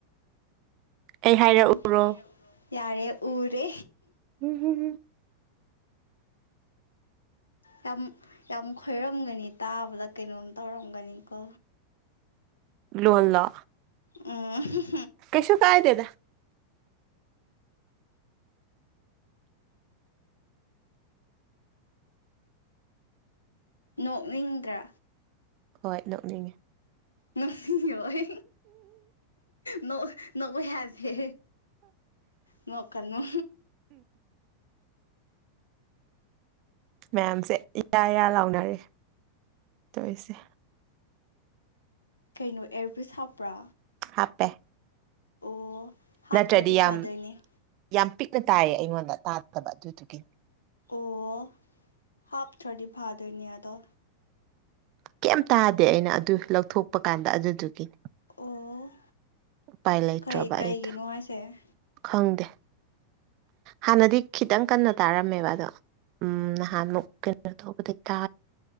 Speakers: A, on the right; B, on the left.
A: ꯑꯩ ꯍꯥꯏꯔꯛꯎꯔꯣ
B: ꯎꯝ ꯌꯥꯔꯦ ꯎꯔꯦ
A: ꯎꯝ ꯎꯝꯝ
B: ꯌꯥꯝ ꯌꯥꯝ ꯈꯣꯏꯔꯝꯒꯅꯤ ꯇꯥꯕꯗ ꯀꯩꯅꯣꯝ ꯇꯧꯔꯝꯒꯅꯤꯀꯣ
A: ꯂꯨꯜꯂ
B: ꯑ
A: ꯀꯩꯁꯣ ꯀꯥꯏꯗꯦꯗ
B: ꯅꯣꯛꯅꯤꯡꯗ꯭ꯔꯥ
A: ꯍꯣꯏ ꯅꯣꯛꯅꯤꯡꯉꯤ
B: ꯅꯁꯤ ꯍꯣꯏ ꯅ ꯍ ꯐ ꯅ ꯀꯕꯨ
A: ꯃꯌꯥꯝꯁꯦ ꯏꯌꯥ ꯏꯌꯥ ꯂꯥꯎꯅꯔꯦ ꯇꯧꯔꯤꯁꯦ
B: ꯀꯩꯅꯣ ꯑꯦꯌꯔꯕꯤꯁ ꯍꯥꯞꯄ꯭ꯔꯥ
A: ꯍꯥꯄꯦ
B: ꯑꯣ ꯍꯥꯞꯇ꯭ꯔꯗꯤ
A: ꯅꯠꯇ꯭ꯔꯗꯤ
B: ꯐꯥꯗꯣꯏꯅꯦ
A: ꯌꯥꯝ ꯌꯥꯝ ꯄꯤꯛꯅ ꯇꯥꯏꯌꯦ ꯑꯩꯉꯣꯟꯗ ꯇꯥꯗꯕ ꯑꯗꯨꯗꯨꯒꯤ
B: ꯑꯣ ꯍꯥꯞꯇ꯭ꯔꯗꯤ ꯐꯥꯗꯣꯏꯅꯦ ꯑꯗꯣ
A: ꯀꯩꯝ ꯇꯥꯗꯦ ꯑꯩꯅ ꯑꯗꯨ ꯂꯧꯊꯣꯛꯄ ꯀꯥꯟꯗ ꯑꯗꯨꯗꯨꯒꯤꯅꯤ
B: ꯑꯣ
A: ꯎꯄꯥꯏ ꯂꯩꯇ꯭ꯔꯕ
B: ꯀꯩ ꯀꯩꯒꯤꯅꯣ
A: ꯑꯩꯗꯣ
B: ꯍꯥꯏꯁꯦ
A: ꯈꯪꯗꯦ ꯍꯥꯟꯅꯗꯤ ꯈꯤꯇꯪ ꯀꯟꯅ ꯇꯥꯔꯝꯃꯦꯕ ꯑꯗꯣ ꯎꯝ ꯅꯍꯥꯟꯃꯨꯛ ꯀꯩꯅꯣ ꯔ ꯊꯣꯛꯧꯕꯗꯇꯥ